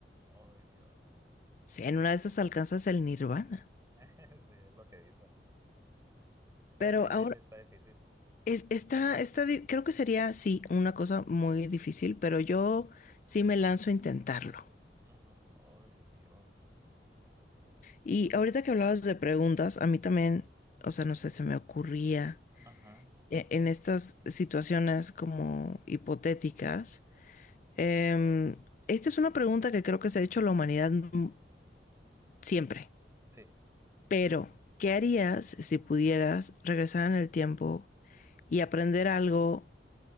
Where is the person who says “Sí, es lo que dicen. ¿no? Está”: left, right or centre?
Right